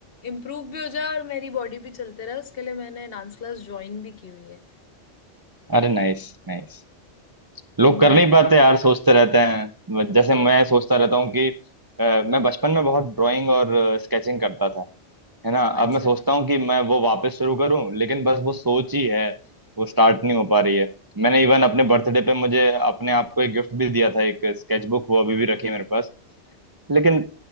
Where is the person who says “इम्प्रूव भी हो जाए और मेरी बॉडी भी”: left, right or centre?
Left